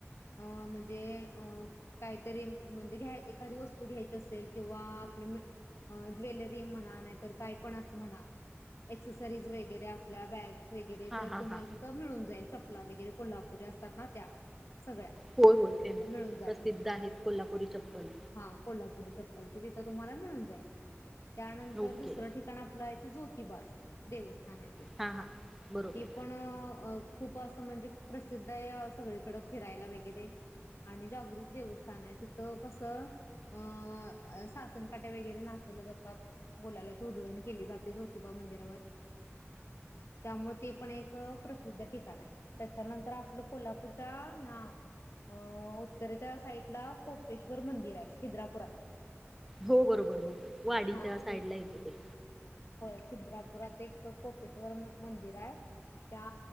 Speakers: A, on the left; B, in the centre.
A: अं म्हणजे अं काहीतरी म्हणजे घ्या एखादी वस्तू घ्यायची असेल किंवा आपली ज्वेलरी म्हणा नाहीतर काय पण अस म्हणा एक्सेसरीज वगैरे आपल्या बॅग्स वगैरे
B: हा
A: तर
B: हा
A: तुम्हाला
B: हा
A: तिथं मिळून जाईल चपला वगैरे कोल्हा पुरी असतात ना त्या सगळ्या
B: होय होय फेमस
A: मिळून जातील
B: प्रसिद्ध
A: हां
B: आहेत कोल्हापुरी चप्पल
A: हां कोल्हापुरी चप्पल ते तिथ तुम्हाला मिळून जाईल. त्यानंतर
B: ओके
A: दुसरं ठिकाण आपलंय ते जोत तिबाच देवस्थ हां नाय ते
B: हा हा बरोबर
A: ते पण अ खूप असं म्हणजे प्रसिद्ध आहे सगळीकड फिरायला वगैरे आणि जागरूक देवस्थान आहे तिथं कस अ सासनकाट्या वगैरे नाचवल्या जातात गुलालाची उधळणी केली जाते जोतिबा मंदिर वर त्यामुळे ते पण एक प्रसिद्ध ठिकाण आहे. त्याच्यानंतर आपलं कोल्हापूरच्या ह्या अं उत्तरेच्या साईडला कोपेश्वर मंदिर आहे खिद्रापुरात
B: हो बरोबर बरोबर वाडीच्या
A: हा
B: साईडला
A: ते
B: येते ते
A: होय खिद्रापुरात एक कोपेश्वर म मंदिर आहे त्या